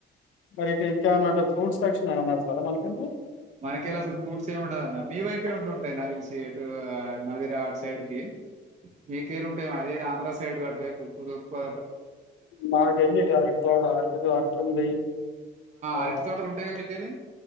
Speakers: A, on the left (about 75°); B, on the right (about 35°).
A: మరి ఇటు ఇంకేమన్నాట్టు ఫ్రూట్స్ ఎక్షన్మన్నాస్తారా మనకం
B: మనకెళ్ళ అసలు ఫ్రూట్స్ ఏమి ఉండదున్న మీ వైపే ఉండి ఉంటాయి నా తెలిసి ఎటు మదిర సైడ్ కి మీకేలు ఉంటాేమ అది ఆంధ్ర సైడ్ కాటి వస్తుతోపా
A: మాకేమిటి అరకి త అరకి అర్కు ఉంది ఆ
B: అరటి తోటలు ఉంటాయిగా మీకెళ్ళి